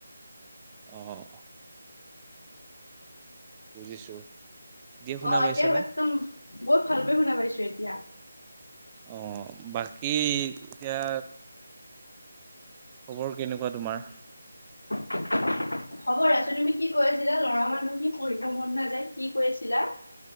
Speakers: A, on the right; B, on the left.
A: অঁ। বুজিছো। শুনা
B: অঁ,
A: পাইছানে
B: এতিয়া একদম বহুত ভালকৈ শুনা পাইছো এতিয়া।
A: অঁ বাকী এতিয়া, খবৰ কেনেকুৱা তোমাৰ?
B: <unintelligible> হ'ব ৰাজো তুমি কি কৈ আছিলা লৰা মানুহ কি পঢ়িব থাকিব মন নাযায় কি কৈ আছিলা?